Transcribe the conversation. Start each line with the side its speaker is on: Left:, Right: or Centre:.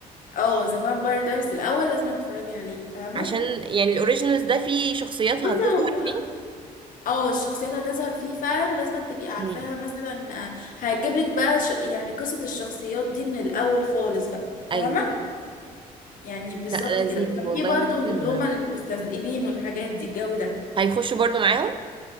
Left: اه زفان باردرز الاول لازم تتفرجي عليه فاهمة
Right: عشان يعني الاوريجينالز ده فيه شخصيات
Left: بصي
Right: هتظهر
Left: هو
Right: فيه
Left: اه الشخصيات هتظهر فيه فعلا لازم تبقي عارفاها
Right: ايوه
Left: مثلا هتجيب لك بقى ش... يعني قصة الشخصيات دي من الاول خالص بقى فاهمة
Right: ايوه
Left: يعني بالظبط
Right: لا
Left: كده
Right: لذيذ
Left: وكان
Right: والله
Left: في برضه
Right: ممكن
Left: اللي هما المستذئبين والحاجات دي الجو ده
Right: هيخشوا برضو معاهم